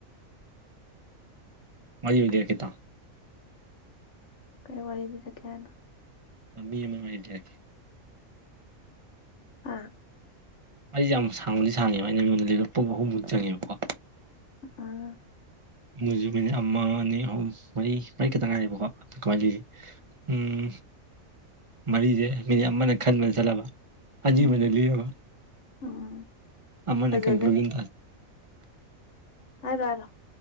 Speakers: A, on the right; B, on the left.
A: ꯋꯥꯔꯤ ꯂꯤꯔꯛꯀꯦ ꯇꯥꯎ
B: ꯀꯩ ꯋꯥꯔꯤ ꯂꯤꯔꯛꯀꯦ ꯍꯥꯏꯅꯣ
A: ꯃꯤ ꯑꯃ ꯋꯥꯔꯤ ꯂꯤꯔꯛꯀꯦ
B: ꯑꯥ
A: ꯑꯩꯖꯦ ꯌꯥꯝ ꯁꯥꯡꯕꯗꯤ ꯁꯥꯡꯉꯦꯕ ꯑꯩꯅ ꯅꯣꯏꯗ ꯂꯤꯕ ꯄꯨꯡ ꯑꯨꯍꯨꯝꯃꯨꯛ ꯆꯪꯉꯦꯕꯀꯣ
B: ꯑꯥ
A: ꯃꯣꯏꯖꯨ ꯃꯤꯅꯤꯠ ꯑꯃ ꯑꯅꯤ ꯑꯍꯨꯝ ꯃꯔꯤ ꯃꯔꯤ ꯈꯛꯇꯪ ꯉꯥꯏꯔꯦꯕꯀꯣ ꯀꯃꯥꯏꯅ ꯂꯤꯖꯤ ꯎꯝ ꯃꯔꯤꯖꯦ ꯃꯤꯅꯤꯠ ꯑꯃꯅ ꯈꯟꯕꯗ ꯆꯠꯂꯕ ꯍꯥꯖꯤꯕꯅ
B: ꯎꯝ
A: ꯂꯤꯔꯑꯣ
B: ꯎꯝ
A: ꯑꯃꯅ
B: ꯐꯖꯗꯣꯔꯤ
A: ꯀꯟꯀ꯭ꯂꯨꯖꯟ
B: ꯍꯥꯏꯔꯣ ꯍꯥꯏꯔꯣ